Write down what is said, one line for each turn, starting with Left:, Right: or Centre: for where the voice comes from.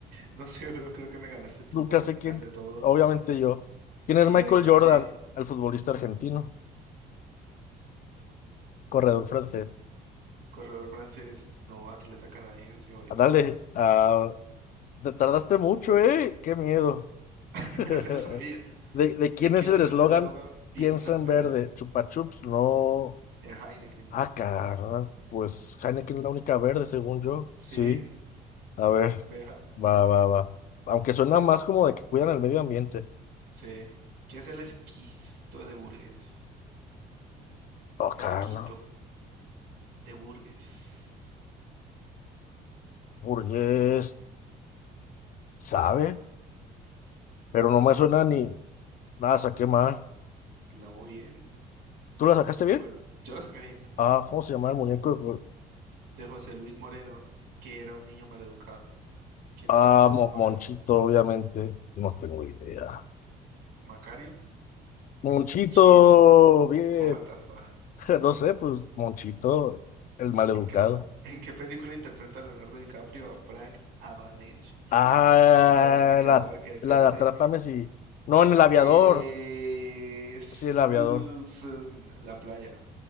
Right: No sé, bro, creo que me ganaste tú
Left: Nunca
Right: al
Left: sé
Right: final
Left: quién,
Right: de todo.
Left: obviamente yo. ¿Quién
Right: Sí,
Left: es Michael
Right: de hecho,
Left: Jordan,
Right: sí.
Left: el futbolista argentino, corredor francés?
Right: Corredor francés, no atleta canadiense, obviamente.
Left: Ah, dale, ah, te tardaste mucho, ¿eh? Qué miedo.
Right: <laughs>
Left: <laughs>
Right: Ya me la sabía.
Left: ¿De, de quién
Right: ¿De quién
Left: es el
Right: es
Left: eslogan?
Right: el eslogan Piensa
Left: Piensa
Right: en
Left: en
Right: verde?
Left: verde. Chupa Chups, no.
Right: De Heineken.
Left: Ah, carnal. Pues Heineken es la única verde, según yo.
Right: Sí,
Left: Sí. A ver,
Right: vea.
Left: va, va, va. Aunque suena más como de que cuidan el medio ambiente.
Right: Sí. ¿Qué es el esquisto de Burgues?
Left: No,
Right: Esquito
Left: carnal.
Right: de Burgues.
Left: Burgués, sabe, pero no
Right: No
Left: me
Right: sé,
Left: suena ni nada, saqué mal.
Right: la hago bien.
Left: ¿Tú la sacaste
Right: O
Left: bien?
Right: Bueno, yo la saqué bien.
Left: Ah, ¿cómo se llama el muñeco?
Right: De José Luis Moreno, que era un niño maleducado. ¿Quién
Left: Ah,
Right: era José Luis
Left: Mo-
Right: Moreno?
Left: Monchito, obviamente. No tengo idea.
Right: ¿Macario?
Left: Monchito,
Right: Monchito.
Left: bien.
Right: <laughs> What the fuck?
Left: <laughs> No sé, pues Monchito, el maleducado.
Right: ¿En qué, en qué película interpreta Leonardo DiCaprio a Frank Avalanche Jr.,
Left: Ah,
Right: un falsificador
Left: la,
Right: que se
Left: la
Right: hace
Left: de Atrápame si. No, en el aviador.
Right: eh, Susan,
Left: Sí, el aviador.
Right: la playa?